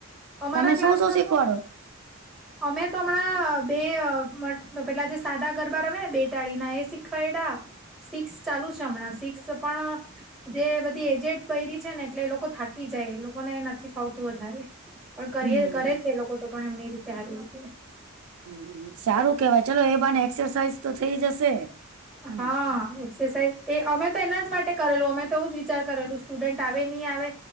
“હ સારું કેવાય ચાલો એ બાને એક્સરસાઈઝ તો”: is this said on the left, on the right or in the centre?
Right